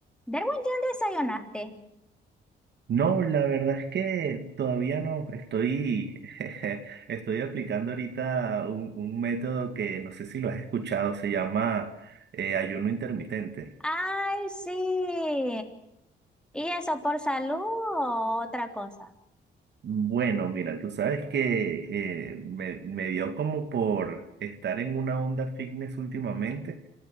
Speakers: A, in the centre; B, on the right.
A: Derwin, ¿ya desayunaste?
B: No, la verdad es que todavía no estoy, <laughs> estoy aplicando ahorita un, un método que no sé si lo has escuchado, se llama eh, ayuno intermitente.
A: Ay, sí. ¿Y eso por salud o otra cosa?
B: Bueno, mira, tú sabes que eh, me, me dio como por estar en una onda fitness últimamente